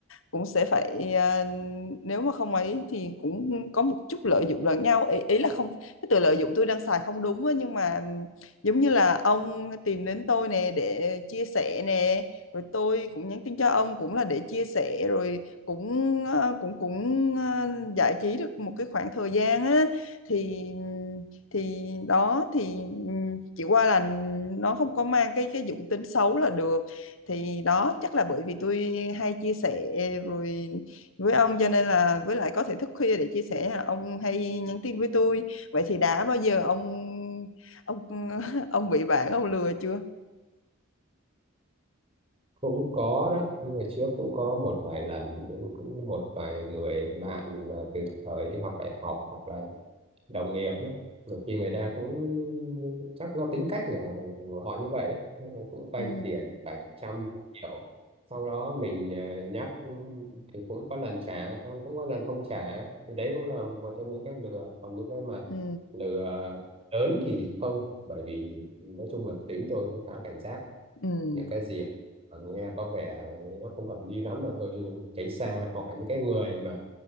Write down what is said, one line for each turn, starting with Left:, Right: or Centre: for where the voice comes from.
Left: cũng sẽ phải ờ, nếu mà không ấy thì cũng có một chút lợi dụng lẫn nhau ý, ý là không cái từ lợi dụng tôi đang xài không đúng á, nhưng mà giống như là ông tìm đến tôi nè để chia sẻ nè rồi tôi cũng nhắn tin cho ông cũng là để chia sẻ rồi cũng ờ, cũng cũng ờ, giải trí được một cái khoảng thời gian á thì thì đó thì ừm, chỉ qua là nó không có mang cái cái dụng tính xấu là được thì đó chắc là bởi vì tôi hay chia sẻ rồi với ông cho nên là với lại có thể thức khuya để chia sẻ à, ông hay nhắn tin với tôi vậy thì đã bao giờ ông ông <laughs> ông bị bạn ông lừa chưa
Right: cũng có đó ngày trước cũng có một vài lần cũng cũng một vài người bạn là từ thời đi học đại học hoặc là đồng nghiệp nữa nhiều khi người ta cũng chắc do tính cách của, của họ như vậy đấy Thế là cũng vay
Left: ừ
Right: tiền vài trăm triệu sau đó mình ờ, nhắc ừ, thì cũng có lần trả không cũng có lần không trả thì đấy cũng là một trong những cái lừa còn những cái mà
Left: ừ
Right: lừa lớn thì không bởi vì nói chung là tính tôi cũng khá cảnh giác
Left: ừ
Right: những cái gì mà nghe có vẻ nó không hợp lý lắm là tôi tránh xa hoặc là những cái người mà